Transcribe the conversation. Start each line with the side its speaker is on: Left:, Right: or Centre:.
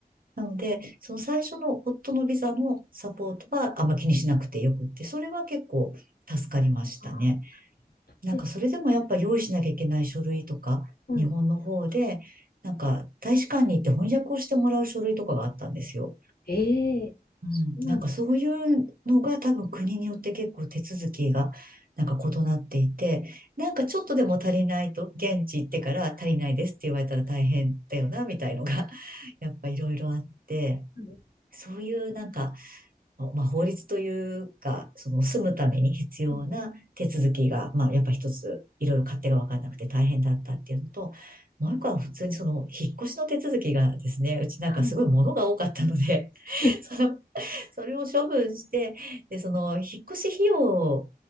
Right: なので、その最初の夫のビザのサポートはあんま気にしなくてよくって、それは結構助かりましたね。
Left: あ、
Right: なんかそれでもやっぱ用意しなきゃいけない書類とか、
Left: です。はい。
Right: 日本の方で、なんか大使館に行って翻訳をしてもらう書類とかがあったんですよ。
Left: ええそうなんです。
Right: うん。なんかそういうのが多分国によって結構手続きがなんか異なっていて、なんかちょっとでも足りないと、現地行ってから足りないですって言われたら大変だよな、みたいのが、<laughs> やっぱいろいろあって、
Left: はい。
Right: そういうなんか、まあ、法律というか、その住むために必要な手続きが、
Left: ん
Right: まあ、やっぱ一つ、いろいろ勝手が分からなくて大変だったっていうのと、もう一個は普通にその引っ越しの手続きがですね、うちなんかすごい物が多かったので、
Left: はい。
Right: <laughs>
Left: <laughs>
Right: その、それを処分して、で、その引っ越し費用